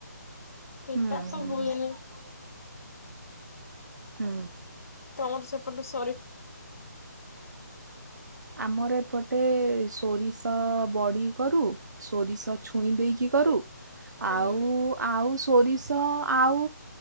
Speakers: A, on the left (about 50°); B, on the right (about 75°).
A: ପିତା
B: ହୁଁ
A: ତ
B: ହୁଁ।
A: ହୁଏନି।
B: ହୁଁ।
A: ତମର ସେପଟେ ସୋ
B: ଆମର ଏପଟେ ସୋରିଷ ତ ବଡ଼ି କରୁ ସୋରିଷ ଛୁଇଁ ଦେଇକି କରୁ।
A: ହୁଁ
B: ଆଉ ଆଉ ସୋ ସୋରିଷ ଆଉ